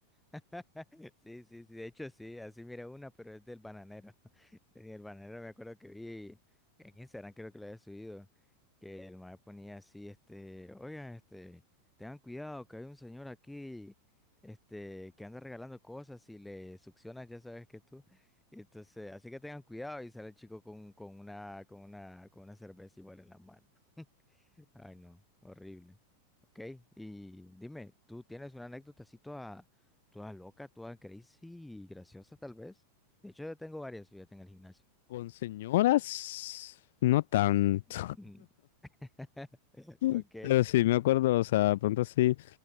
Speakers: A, in the centre; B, on the left.
A: <laughs> Sí, sí, sí, de hecho sí, así miré una, pero es del bananero. <laughs> En el bananero me acuerdo que vi en Instagram, creo que lo había subido, que el mae ponía así, este, oigan, este, tengan cuidado que hay un señor aquí, este, que anda regalando cosas y le succionas, ya sabes que tú. Y Entonces, así que tengan cuidado y sale el chico con, con una, con una, con una cerveza igual en la mano. <laughs> Ay, no, horrible. Ok, y dime, ¿tú tienes una anécdota así toda, toda loca, toda crazy y graciosa tal vez? De hecho, yo tengo varias, fíjate, en el gimnasio.
B: ¿Con señoras? No tanto.
A: Mm, <laughs>
B: <laughs>
A: Ok.
B: Pero sí, me acuerdo, o sea, pronto sí.